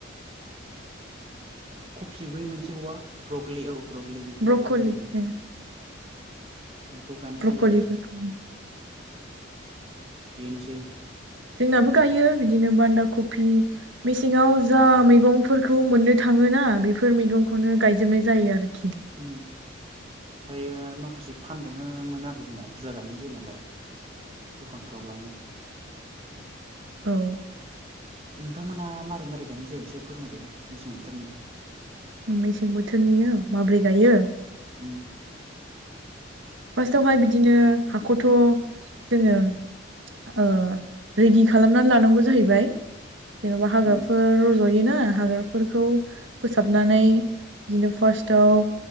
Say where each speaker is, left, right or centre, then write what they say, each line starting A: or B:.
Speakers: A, on the right; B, on the right.
A: कफसि बै मोनसे औ ब्रकलि औ ब्रकलि बेखौबो
B: ब्रक'लि
A: गायनाय जायो
B: ओ
A: बेखौ गायनाय
B: ब्रक'लिफोरखौ
A: जायो आरो बेनोसै
B: जोंनाबो गायो बिदिनो बान्दा कफि मेसेङाव जा मैगंफोरखौ मोननो थाङोना बेफोर मैगंखौनो गायजोबनाय जायो आरोखि
A: उम ओमफ्रायो माखासे फानदोंबो मोनो आरो जोंना बुरजा गायनाय जायो नालाय। दखानफोराव लाङो।
B: औ
A: नोंथांमोना मारै मारै गायनाय जायो एसे फोरमायदो मेसें बोथोरनिया।
B: मेसें बोथोरनियो माबोरै गायो
A: उम
B: फार्स्टावहाय बिदिनो हाखौथ' जोङो ओ रेडि खालामनानै लानांगौ जाहैबाय।। जेन'बा हाग्राफोर
A: उम
B: रज'योना हाग्रा बेफोरखौ फोसाबनानै बिदिनो फार्स्टआव